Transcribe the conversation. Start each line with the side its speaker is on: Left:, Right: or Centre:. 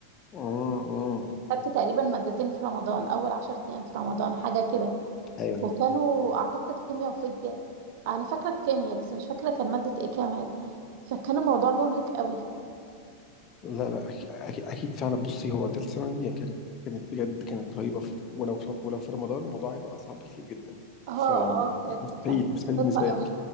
Left: امم
Right: خدت تقريبا مادتين في رمضان أول عشر أيام في رمضان حاجة كده
Left: ايوه
Right: وكانوا اعتقد كيمياء وفيزياء انا فاكره الكيمياء بس مش فاكره كان ماده ايه كمان فكان الموضوع مرهق قوي
Left: لا لا أكيد, أكيد, أكيد فعلا بصي هو تالت ثانوي يعني كانت كانت بجد كانت رهيبة في- ولو في- ولو في رمضان الموضوع هيبقى أصعب بكتير جدا
Right: اه
Left: فيعني
Right: اه بجد
Left: مستحيل
Right: كانت
Left: مستحيل
Right: مرهقه
Left: بالنسبة لي
Right: قوي